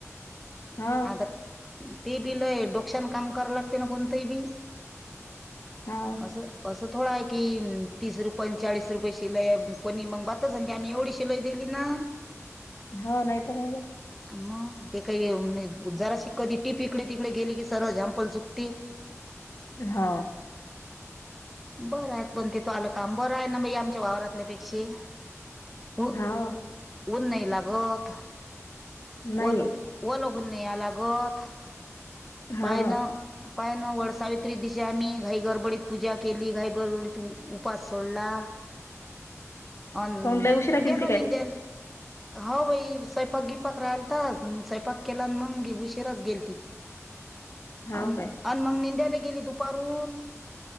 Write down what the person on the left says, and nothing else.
हा
हा
हा नाही तर काय तर
हा
हो
नाही
हो
काऊन लय उशिरा केलती
काय
हो
काय